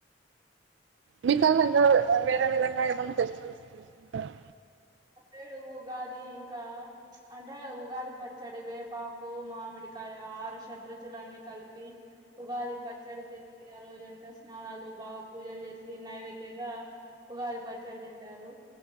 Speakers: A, on the right (about 75°); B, on the right (about 25°).
A: మీ కల <unintelligible> వేరే విధంగా ఏమన్నా ఫెస్టివల్స్ చేస్కుంటార
B: టే ఉగాది ఇంకా ప్చ్ అంటే ఉగాది పచ్చడి వేపాకు మామిడికాయ ఆరు షడ్రుచులన్నీ కలిపి ఉగాది పచ్చడి చేసి ఆ రోజంతా స్నానాలు బాగా పూజలు జేసి నైవేద్యంగా ఉగాది పచ్చడి తింటారు